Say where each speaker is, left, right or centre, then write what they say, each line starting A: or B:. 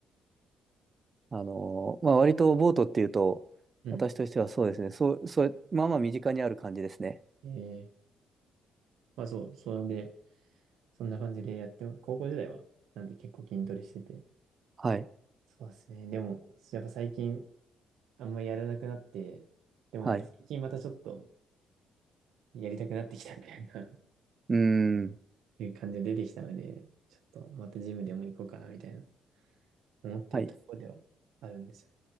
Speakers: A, on the right; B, on the right.
A: あの、まあ、割とボートっていうと、
B: うん
A: 私としてはそうですね、そう、そう、まあまあ身近にある感じですね。
B: えー、まあそう。それで、そんな感じでやって、高校時代は、なんで結構筋トレしてて。
A: はい。
B: そうですね。でも、やっぱ最近、あんまりやらなくなって、でもなんか最近またちょっと
A: はい。
B: やりたくなってきたみたいな
A: うーん。
B: <laughs> いう感じが出てきたので、ちょっとまたジムでも行こうかなみたいな思っているところではあるんですよね。
A: はい。